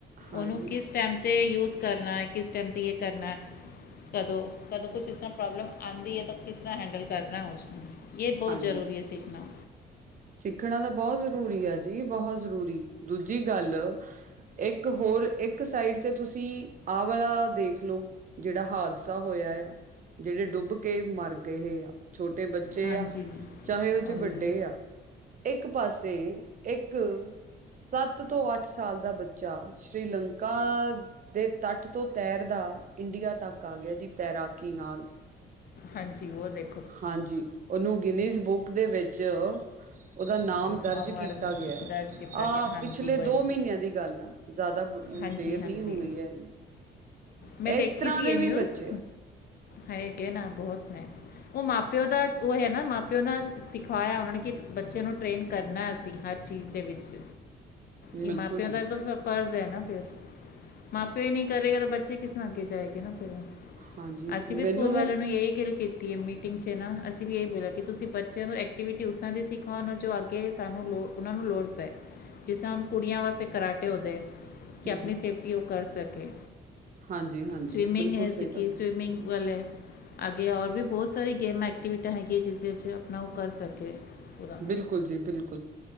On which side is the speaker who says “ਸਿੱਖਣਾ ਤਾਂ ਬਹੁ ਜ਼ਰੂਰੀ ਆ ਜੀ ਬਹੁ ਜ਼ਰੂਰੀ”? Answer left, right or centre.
Right